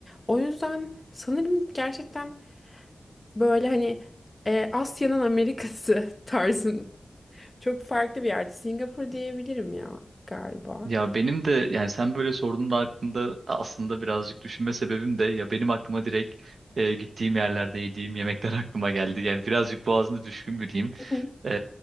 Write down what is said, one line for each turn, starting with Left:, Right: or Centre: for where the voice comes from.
Left: O yüzden sanırım gerçekten böyle hani e, Asya'nın Amerika'sı <laughs> tarzında çok farklı bir yerde. Singapur diyebilirim ya galiba.
Right: Ya benim de yani sen böyle sorduğunda aklımda aslında birazcık düşünme sebebim de ya benim aklıma direkt e, gittiğim yerlerde yediğim yemekler <laughs> aklıma geldi. Yani birazcık boğazında düşkün biriyim.
Left: Hı hı.
Right: E,